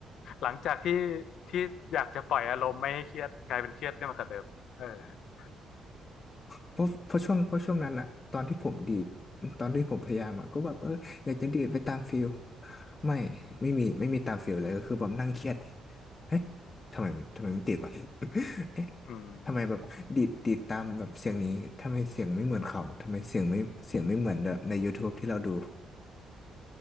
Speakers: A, on the left (about 75°); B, on the left (about 35°).
A: หลังจากที่ที่อยากจะปล่อยอารมณ์ไม่ให้เครียดกลายเป็นเครียดขึ้นมากับเดิมเออ <laughs>
B: เพราะเพราะช่วงเพราะช่วงนั้นอะตอนที่ผมดีดตอนที่ผมพยายามอะก็แบบเอออยากจะดีดไปตามฟิลไม่ไม่มีไม่มีตามฟิลเลยก็คือแบบนั่งเครียดเอ๊ะทำไมทำไมไม่ติดวะ <laughs> เอ๊ะ
A: อืม
B: ทำไมแบบดีดดีดตามแบบเสียงนี้ทำไมเสียงไม่เหมือนเขาทำไมเสียงไม่เสียงไม่เหมือนแบบใน YouTube ที่เราดู